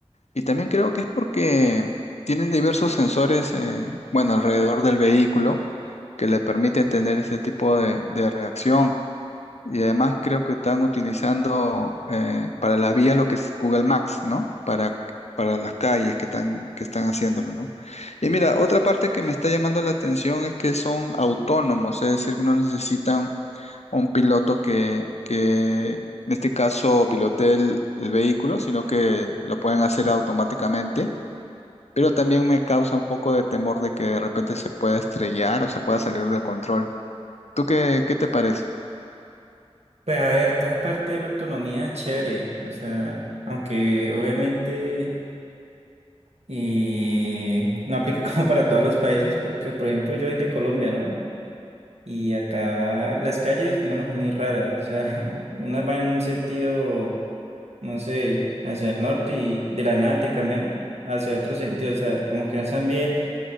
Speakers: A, on the left (about 80°); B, on the right (about 75°).
A: Y también creo que es porque tienen diversos sensores, eh, bueno, alrededor del vehículo que le permiten tener este tipo de, de reacción. Y además creo que están utilizando eh, para las vías lo que es Google Maps, ¿no? Para, para las calles que están, que están haciéndolo, ¿no? Y mira, otra parte que me está llamando la atención es que son autónomos, es decir, que no necesitan un piloto que, que en este caso pilotee el, el vehículo, sino que lo pueden hacer automáticamente. Pero también me causa un poco de temor de que de repente se pueda estrellar o se pueda salir de control. ¿Tú qué, qué te parece?
B: Pues a ver, toda parte de la autonomía es chévere. O sea, aunque obviamente y no aplica <laughs> como para todos los países, porque por ejemplo yo soy de Colombia, ¿no? Y acá las calles primero son muy raras. O sea, <laughs> unas van en un sentido no sé, hacia el norte y de la nada te cambian hacia otro sentido, o sea, como que no están bien